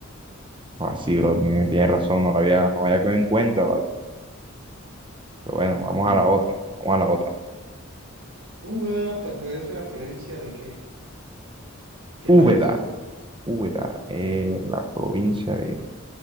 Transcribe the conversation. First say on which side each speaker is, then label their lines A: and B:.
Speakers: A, on the right; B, on the right.
A: Así, bro, tiene, tiene razón, no lo había, no lo había cogido en cuenta, ¿vale? Pero bueno, vamos
B: Ok.
A: a la otra, vamos a la otra.
B: Úbeda pertenece a la provincia de qué? ¿Qué
A: Úbeda,
B: país?
A: Úbeda, eh, la provincia de